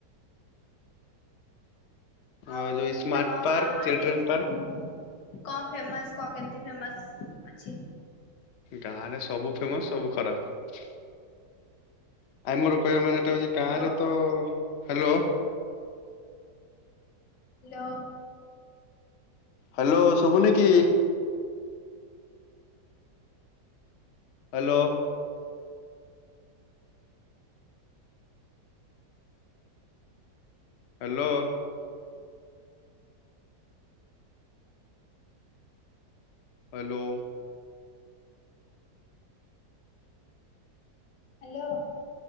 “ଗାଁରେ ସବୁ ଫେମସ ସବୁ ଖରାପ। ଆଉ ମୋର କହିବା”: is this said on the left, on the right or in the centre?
Left